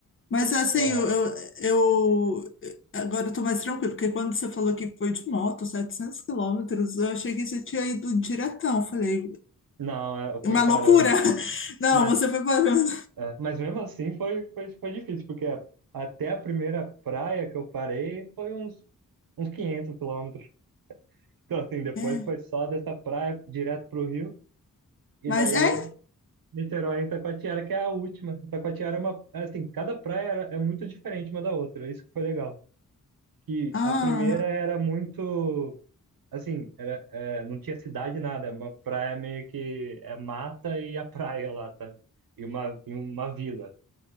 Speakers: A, on the left; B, on the right.
A: Mas assim,
B: É,
A: eu, eu, eu- agora eu tô mais tranquilo, porque quando você falou que foi de moto, 700 quilômetros, eu achei que você tinha ido diretão. Falei,
B: Não, é, eu fui
A: uma
B: parando.
A: loucura!
B: <laughs>
A: <laughs> Não,
B: Mas,
A: você foi parando.
B: é, mas mesmo assim foi, foi, foi difícil, porque até a primeira praia que eu parei foi uns, uns 500 quilômetros. Então, assim, depois
A: É,
B: foi só dessa praia direto pro rio, e
A: mas
B: daí
A: é?
B: Niterói e Itacoatiara, que é a última. Itacoatiara é uma, assim, cada praia era- é muito diferente uma da outra. Isso que foi legal. Que
A: Ah,
B: a primeira era muito, assim, era, é, não tinha cidade nada, é uma praia meio que é mata e a praia lá, sabe? E uma, e uma vila.